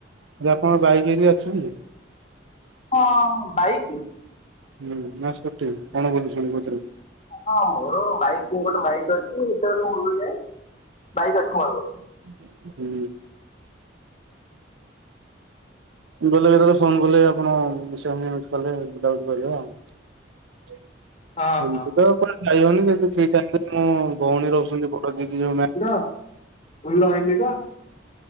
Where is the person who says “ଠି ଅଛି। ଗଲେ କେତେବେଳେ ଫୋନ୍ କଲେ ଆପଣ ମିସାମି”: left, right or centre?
Right